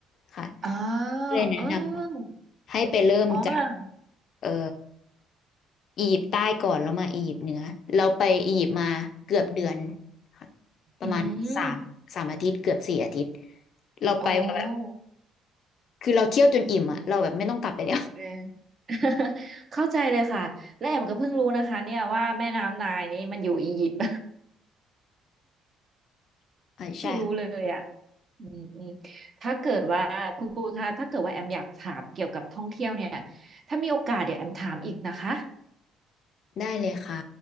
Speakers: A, on the left; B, on the right.
A: ค่ะ
B: อ๋อ
A: ก็เลยแนะน
B: เออ
A: ำให้ไปเริ่มจาก
B: อ๋อ
A: เอออียิปต์ใต้ก่อนแล้วมาอียิปต์เหนือเราไปอียิปต์มาเกือบเดือนค่ะประมาณสามสามอาทิตย์เกือบสี่อาทิตย์
B: อืม
A: เราไปแบบ
B: โอ้
A: คือเราเที่ยวจนอิ่มอะเราแบบไม่ต้องกลับไปแล้ว
B: เออ <laughs> เข้าใจเลยค่ะและแอมก็เพิ่งรู้นะคะเนี่ยว่าแม่น้ำไนายนี้มันอยู่อียิปต์
A: <laughs>
B: <laughs>
A: อ่าใช่ค่ะ
B: เพิ่งรู้เลยอ่ะอืมอืมถ้าเกิดว่าคุณปูคะถ้าเกิดว่าแอมอยากถามเกี่ยวกับท่องเที่ยวเนี่ยถ้ามีโอกาสเดี๋ยวแอมถามอีกนะคะ
A: ได้เลยค่ะ